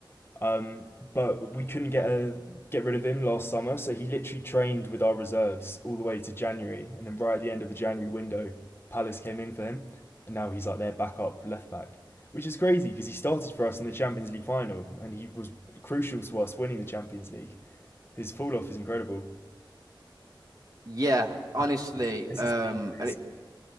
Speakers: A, on the left; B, on the right.
A: um, but we couldn't get a, get rid of him last summer. So he literally trained with our reserves all the way to January, and then right at the end of the January window, Palace came in for him, and now he's like their backup left back, which is crazy because he started for us in the Champions League final, and he was crucial to us winning the Champions League. His fall off is incredible.
B: yeah. Honestly,
A: I guess it's, I guess
B: um,
A: it's the injuries.
B: and